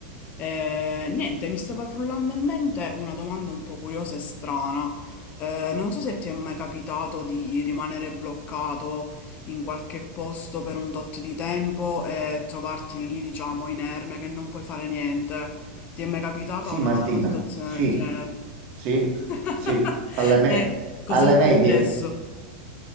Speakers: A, on the left (about 35°); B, on the right (about 45°).
A: Eh, niente, mi stava frullando in mente una domanda un po' curiosa e strana. Eh, non so se ti è mai capitato di rimanere bloccato in qualche posto per un tot di tempo e trovarti lì, diciamo, inerme, che non puoi fare niente. Ti è mai capitata
B: Sì,
A: una,
B: Martina,
A: una situazione
B: sì,
A: del genere?
B: sì,
A: <laughs>
B: sì, alle me-
A: E cos'è
B: alle
A: successo?
B: medie.